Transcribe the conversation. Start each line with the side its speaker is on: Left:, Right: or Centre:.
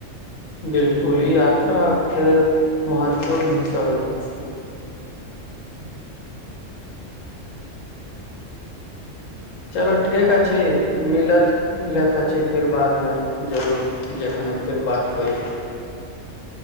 Left: बिलकुल ई यात्राे महत्वपूर्ण हिसाब हो छै
Right: ह
Left: चलो
Right: कोनो
Left: ठीक
Right: रोमांच
Left: अ छै मिलत मिलैत छै फेर बादमे जरूर जखन फेर बात होइ
Right: ह